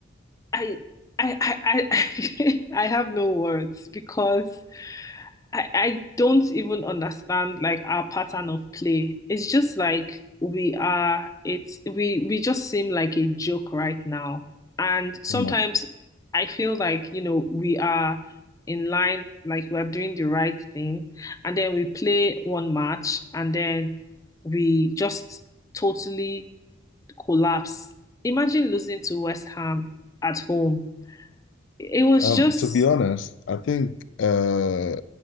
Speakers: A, on the left (about 15°); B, on the left (about 75°).
A: I I I I, <laughs> I have no words because I I don't even understand like our pattern of play. It's just like we are it's we we just seem like a joke right now. And sometimes
B: My-
A: I feel like, you know, we are in line, like we're doing the right thing, and then we play one match and then we just totally collapse. Imagine losing to West Ham at home. It was
B: Um,
A: just
B: to be honest, I think uh